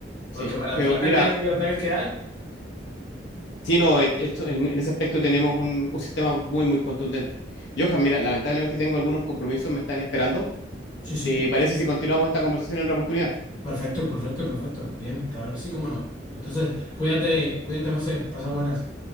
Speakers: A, on the left; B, on the left.
A: Sí,
B: Porque para
A: pero
B: toda la
A: mira,
B: cantidad de ciberataques que hay,
A: sí, no, eh, esto- en, en ese aspecto tenemos un, un sistema muy, muy contundente. Johan, mira, lamentablemente tengo algunos compromisos, me están esperando.
B: sí, sí.
A: ¿Te parece si continuamos esta conversación en otra oportunidad?
B: Perfecto, perfecto, perfecto. Bien, claro que sí, cómo no. Entonces, cuídate, cuídate, José. Pasa buenas.